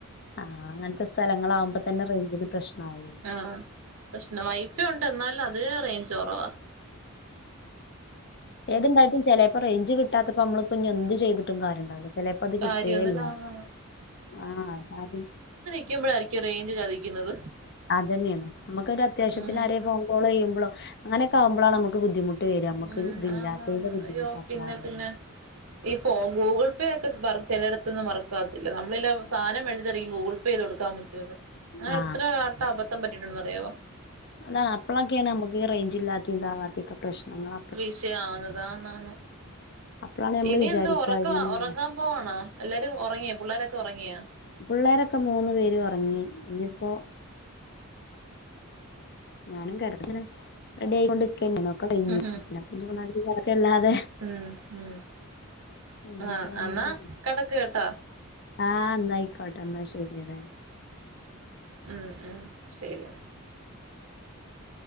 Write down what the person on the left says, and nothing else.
ആഹ് അങ്ങൻത്തെ സ്ഥലങ്ങളവകുമ്പതന്നെ റേഞ്ചിന് പ്രശ്നാവു
ഏതുണ്ടായിട്ടും ചെലേപ്പോ റേഞ്ച് കിട്ടാത്തപ്പോ നമ്മള്പ്പഞ് എന്ത് ചെയത് ട്ടും കാര്യണ്ടാവില്ല ചെലപ്പോ അത്
കിട്ടേല്ല ആഹ് ജാതി
അതന്നെയാണ് നമുക്കെരത്യാശ്യത്തിന്നരെ
ഫോ കോള് ചെയ്യുമ്പളോ അങ്ങനെയൊക്കെ ആമ്പോളാണ് നമുക്ക് ബുദ്ധിമുട്ട് ശരി നമുക്ക്
ഇതില്ലാത്തതിന്റെ
ബുദ്ധിമുട്ടപ്പളാറിയ
ആ
അതാണ് അപ്പളൊക്കെയാണ് അമ്മക്ക് ഇ റേഞ്ച് ഇല്ലാതിം താവാത്തി പ്രശനങ്ങള
അപ്പളാണ് നമ്മള്
വിചാരിക്കുക
ഇങ്ങനെ
തന്നെ.
പിള്ളേരൊക്കെ മൂന്നുപേരു ഒറങ്ങി ഇനിയിപ്പോ ഞാനും കിടക്കെ റെഡി ആയികൊണ്ട് ഇക്കന്നക്കെിഞ്ഞു
<unintelligible> അല്ലാതെ
ഇന്നൊക്കെ
പറഞ്ഞമാതിരി
ആഹ് ന്നായിക്കോട്ടെ എന്നാ ശരിയതെ